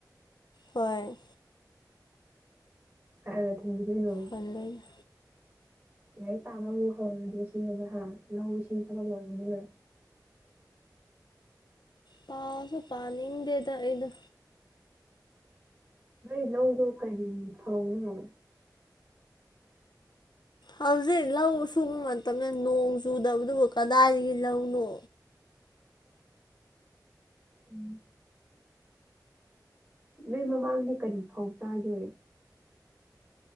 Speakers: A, on the left; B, on the right.
A: ꯍꯣꯏ
B: ꯑ ꯊꯦꯡ ꯊ
A: ꯍꯟꯗꯣꯏꯅꯦ
B: ꯂꯥꯏꯔꯤꯛ ꯄꯥꯕ ꯑꯃꯨꯛ ꯍꯧꯔꯗꯤ ꯁꯤꯕ ꯍ ꯂꯧ ꯏꯁꯤꯡ ꯊꯕꯛ ꯑꯣꯏꯔꯕꯅꯤꯅ
A: ꯄꯁꯨ ꯄꯅꯤ ꯗꯦꯗ ꯏꯗ
B: ꯅꯣꯏ ꯂꯧꯗꯣ ꯀꯔꯤ ꯐꯧꯅꯣ
A: ꯍꯧꯖꯤꯛ ꯂꯧ ꯁꯨꯕ ꯃꯇꯝꯗ ꯅꯣꯡ ꯆꯨꯗꯕꯗꯨꯕꯨ ꯀꯗꯥꯏꯗꯒꯤ ꯂꯧꯅꯣ
B: <unintelligible> ꯎꯝ ꯅꯣꯏ ꯃꯃꯥꯡꯗꯤ ꯀꯔꯤ ꯐꯥꯎ ꯆꯥꯒꯦ